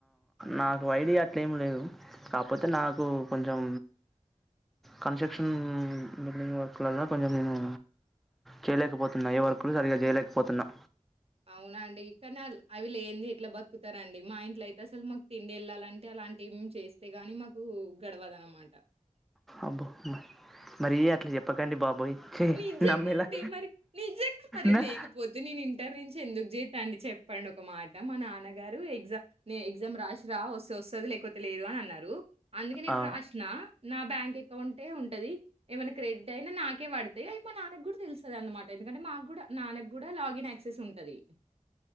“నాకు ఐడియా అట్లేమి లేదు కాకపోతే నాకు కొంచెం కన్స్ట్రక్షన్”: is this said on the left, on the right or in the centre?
Centre